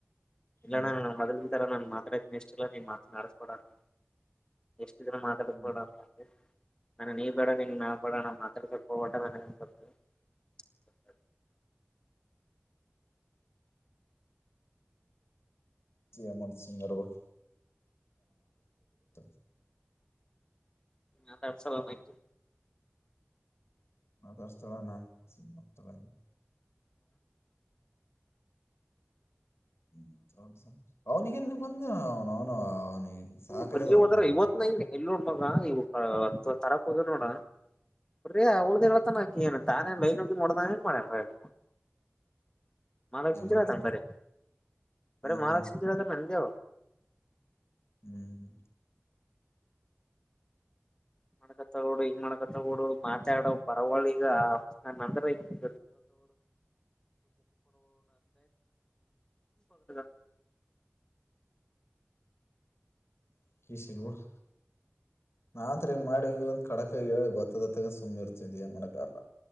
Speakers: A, on the left; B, on the left.
A: ಹ್ಮ್
B: ಇಲ್ಲ ನ ಮೊದಲ್ ರ ನಾನು ಮಾತಾಡತೀನ ಇಷ್ಟಿಲ್ಲ ನೀ ಮಾತ ಆಡಸ್ಕೊಡ ಅಂತ ಎಷ್ಟು ದಿನ ಮಾತಾಡ
A: ಹ್ಮ್
B: ಕೊಡ ಅಂತೆ ನಾನ ನೀ ಬೇಡ ನೀ ನಾವ ಬೇಡ ನಮ್ಮ್ ಮಾತ್ರ ಸ್ವಲ್ಪ ಟ ನನ ಅನ್ಸ <unintelligible>
A: ಅಮನ್ ಸಿಂಗಬಟ್ <unintelligible> <unintelligible>
B: ಮಾತಾಡ್ಸಲ್ಲ ಅಣ ಹಾಕಿ
A: ಮಾಡ್ತಸ್ತಾಳೇನ <unintelligible> ಹ್ಮ ಅವನಿಗೆ ಬಂದ ಅವನು ಅವನು ಅವನಿಗೆ ಸಾಕಾಯದ
B: ಇ ಬರ್ಲಿ
A: ಅವನ
B: ಹೋದಾರ
A: ಕಾಲಾಗ
B: ಇವತ್ ನ ಇಲ್ಲ ಇಲ್ಲಿ ನೋಡ ಮಗ ಇವು ತರಾಕ್ ಹೋದ ನೋಡ ಬರಿ ಅವಳ್ಧೆ ಹೇಳಳ್ತಾನಕಿ ಏ ತಾರೇ ಲೈನ್ ಹೋಗ ನೋಡ್ದಾನ ಏನ್ ಮಾಡ್ಯನ್ ಮಹಾಲಕ್ಷ್ಮಿದೇ
A: ಏನ್ ಮಾಡ್ರ
B: ಹೇಳ್ತಾನೆ
A: ಅಂತ
B: ಬರ ಬರೇ
A: ಹ
B: ಮಹಾಲಕ್ಷ್ಮೀ
A: ಹಾ
B: ಚಿರತ ನಂದ ದೇವ
A: ಹ್ಮ್ ಹ್ಮ್
B: ಮಾದಕತಾಳೇನೋಡು ಹಿಂಗ ಮಾಡ್ಕ ತಗೋಡು ಮಾತಾಡ ಪರವಳಿ ಈಗ ನ ಅಂದ್ರೆ ಹಿಂಗ <unintelligible> <inaudible>
A: <unintelligible> ನಾತ್ರಿಗೆ ಮಾಡಡಿವೆಂಗು ಕಡಕ ಏಳು ಗೊತ್ತದತ್ತಕ ಸುಮ್ಮಿರುತಿದಿಯ ಮಣಕಾರಲ್ಲ